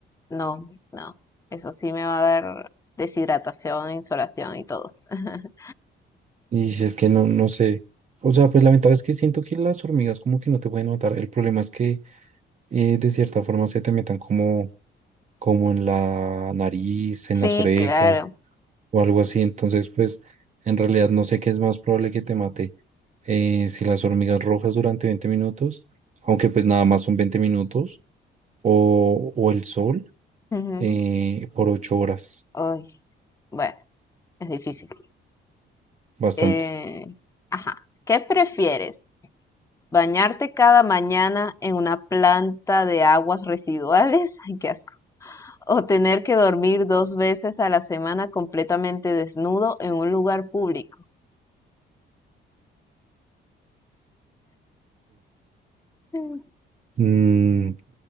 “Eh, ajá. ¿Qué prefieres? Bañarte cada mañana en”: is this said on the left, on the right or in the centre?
Left